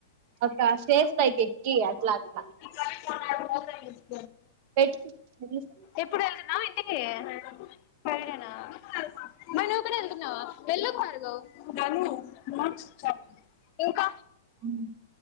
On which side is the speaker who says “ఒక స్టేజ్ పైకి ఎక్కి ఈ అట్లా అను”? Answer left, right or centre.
Right